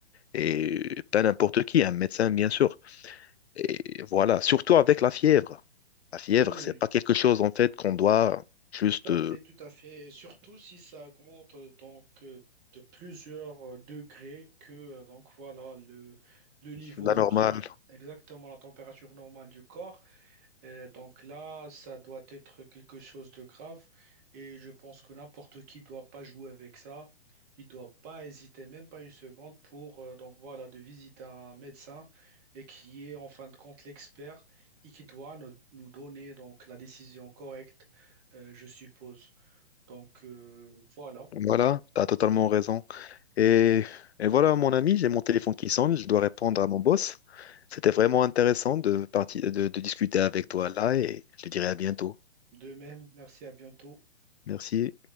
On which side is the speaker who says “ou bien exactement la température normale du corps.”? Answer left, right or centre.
Right